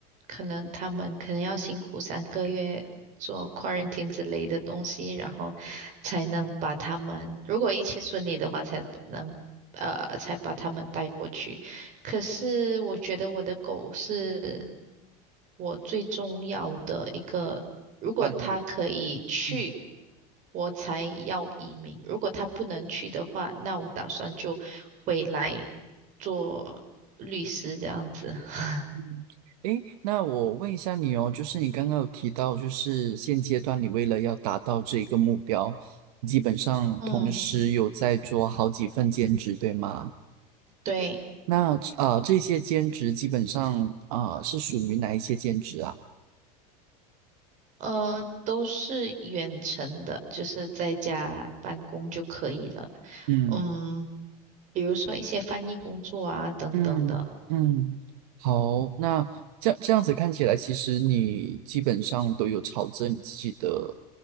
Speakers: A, on the right (about 40°); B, on the right (about 70°).
A: 可能他们可能要辛苦三个月做 quarantine 之类的东西，然后才能把他们，如果一切顺利的话，才能呃才把他们带过去。可是我觉得我的狗是我最重要的一个，如果它可以去。
B: 伴侣。嗯
A: 我才要移民。如果它不能去的话，那我打算就回来，做律师这样子。<laughs>
B: 嗯，诶，那我问一下你哦，就是你刚刚有提到，就是现阶段你为了要达到这一个目标，基本上同时有在做好几份兼职，
A: 嗯，
B: 对吗？
A: 对，
B: 那呃，这些兼职基本上呃是属于哪一些兼职啊？
A: 呃，都是远程的，就是在家办公就可以了。
B: 嗯。
A: 嗯，比如说一些翻译工作啊等等的。
B: 嗯嗯，好，那这样这样子看起来，其实你基本上都有朝着你自己的